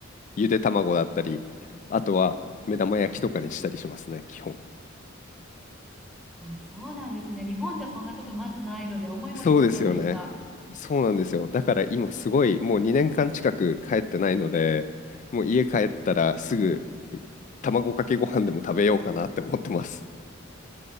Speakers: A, on the left (about 35°); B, in the centre.
A: ゆで卵だったり、あとは目玉焼きとかにしたりしますね、基本。
B: あ、そうなんですね。日本じゃそんなことまずないので、思いもしませんでした。
A: そうですよね。そうなんですよ。だから今すごい、もう2年間近く帰ってないので、もう家帰ったらすぐ卵かけご飯でも食べようかなって思ってます。